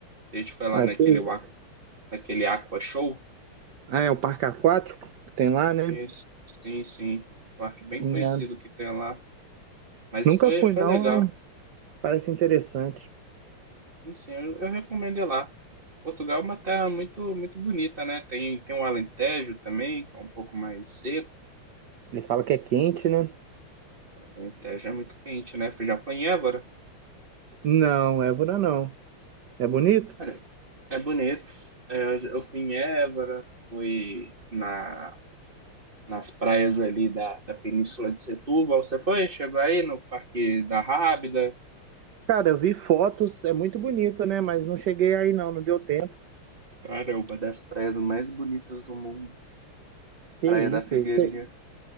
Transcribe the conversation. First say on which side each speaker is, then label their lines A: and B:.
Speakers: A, on the right (about 25°); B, on the right (about 60°).
A: A gente foi lá
B: Ah,
A: naquele,
B: que isso.
A: wa- naquele Aqua Show.
B: Ah, é o parque aquático que tem lá, né?
A: Isso, sim, sim. Um parque bem
B: É.
A: conhecido que tem lá. Mas
B: Nunca
A: foi,
B: fui,
A: foi
B: não,
A: legal.
B: né? Parece interessante.
A: Sim, sim, eu, eu recomendo ir lá. Portugal é uma terra muito, muito bonita, né? Tem, tem o Alentejo também, que é um pouco mais seco.
B: Eles falam que é quente, né?
A: O Alentejo é muito quente, né? Fui- Já foi em Évora.
B: Não, Évora não. É bonito?
A: Cara, é bonito. É, Eu, eu fui em Évora, fui na, nas praias ali da, da Península de Setúbal. Você foi? Chegou aí no Parque da Rábida.
B: Cara, eu vi fotos, é muito bonito, né? Mas não cheguei aí não, não deu tempo.
A: Cara, é uma das praias mais bonitas do mundo.
B: Que
A: Praia da
B: isso
A: Figueirinha.
B: aí. Você